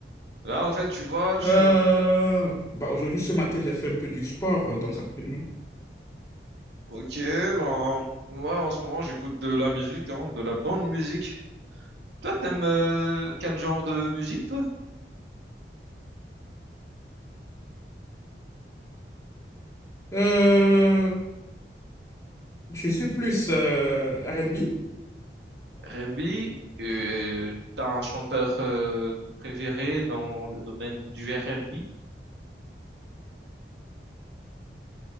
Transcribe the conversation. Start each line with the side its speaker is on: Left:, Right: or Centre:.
Right: Là, en fait, tu vois, je
Left: Euh,
Right: suis en...
Left: bah, aujourd'hui, ce matin, j'ai fait un peu du sport, euh, donc actuellement.
Right: Ok, ben, ouais, en ce moment, j'écoute de la musique, hein, de la bonne musique. Toi, t'aimes euh, quel genre de musique, toi?
Left: Euh, je suis plus euh, R&B.
Right: R&B? Euh, T'as un chanteur euh, préféré dans le domaine du R&B?